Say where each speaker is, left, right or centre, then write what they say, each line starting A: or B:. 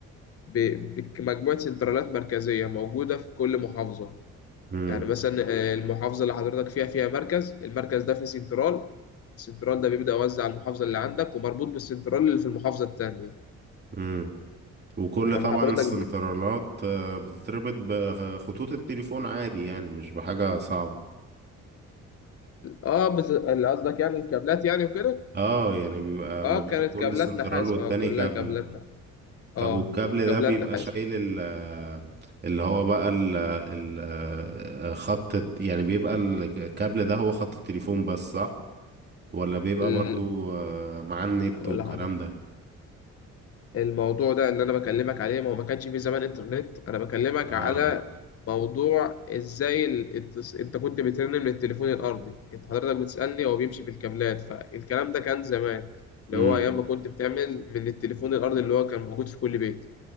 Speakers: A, on the left; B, on the right.
A: ب- بمجموعة سنترالات مركزية موجودة في كل محافظة
B: مم.
A: يعني مثلا آه، المحافظة اللي حضرتك فيها فيها مركز المركز ده فيه سنترال السنترال ده بيبدأ يوزع على المحافظة اللي عندك ومربوط بالسنترال اللي في المحافظة التانية
B: مم. وكل
A: فلما
B: طبعا
A: حضرتك
B: السنترالات آه، بتتربط بخطوط التليفون عادي يعني مش بحاجة صعبة
A: اه بس اللي قصدك يعني الكابلات يعني وكده
B: اه يعني بيبقى
A: اه
B: ما بين
A: كانت
B: كل
A: كابلات
B: سنترال
A: نحاس
B: والتاني
A: اه كلها
B: كابل
A: كابلات نحاس اه
B: طب والكابل
A: كابلات
B: ده بيبقى
A: نحاس
B: شايل ال آه، اللي هو بقى ال آه، ال آه، خط الت- يعني بيبقى الكابل ده هو خط التليفون بس صح؟ ولا بيبقى
A: ال-
B: برضو آه، مع النت
A: اقول
B: والكلام
A: لحضرتك
B: ده
A: الموضوع ده اللي انا بكلمك عليه ما هو ما كانش في زمان انترنت انا بكلمك
B: اه
A: على موضوع ازاي ال- التص... انت كنت بترن من التليفون الارضي انت حضرتك بتسالني هو بيمشي في الكابلات فالكلام ده كان زمان اللي
B: امم
A: هو ايام ما كنت بتعمل من التليفون الارضي اللي هو كان موجود في كل بيت